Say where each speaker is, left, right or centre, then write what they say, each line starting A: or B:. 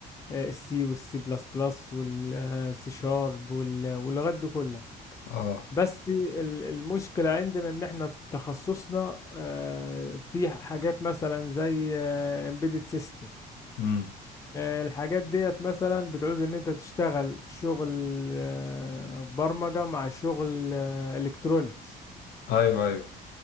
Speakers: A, on the left; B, on the left.
A: آه، السي والسي بلس بلس والسي شارب وال- واللغات دي كلها
B: اه
A: بس ال- المشكلة عندنا ان احنا تخصصنا آه، في حاجات مثلا زي امبيدد سيستم
B: امم
A: آه، الحاجات ديت مثلا بتعوز ان انت تشتغل شغل آه، برمجة مع شغل الكترونيكس
B: ايوه ايوه